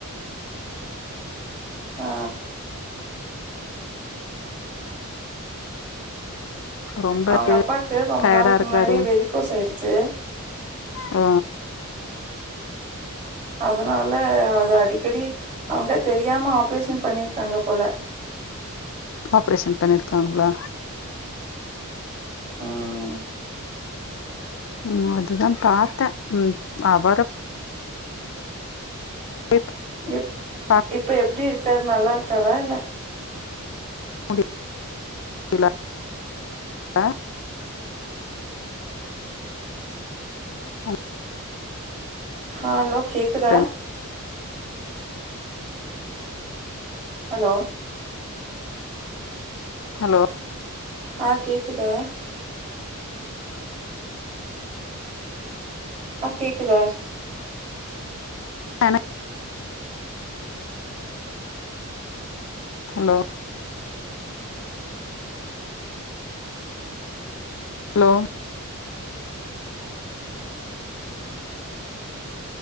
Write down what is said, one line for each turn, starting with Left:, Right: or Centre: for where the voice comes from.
Right: ஆ.
Left: ரொம்ப
Right: அவுங்க அப்பாக்கு ரொம்ப
Left: டயர்டா
Right: நாளுக்கு
Left: இருக்காரு
Right: முன்னாடி வெரிக்கோஸ் ஆயிடுச்சு
Left: அ
Right: அதனால அது அடிக்கடி அவுங்க தெரியாம ஆப்ரேஷன் பண்ணியிருக்காங்க போல
Left: ஆப்ரேஷன் பண்ணியிருக்காங்களா
Right: ம்
Left: ம் அதுதா பாத்தேன் ம் அவரு பேப்
Right: இப்
Left: பா
Right: இப்ப எப்டி இருக்காரு நல்லா இருக்காரா இல்ல
Left: அப்டி இல்ல அ ம்
Right: ஹலோ கேக்குதா
Left: பாக்குறேன்
Right: ஹலோ
Left: ஹலோ
Right: ஆ கேக்குதா ஆ கேக்குதா
Left: என ஹலோ ஹலோ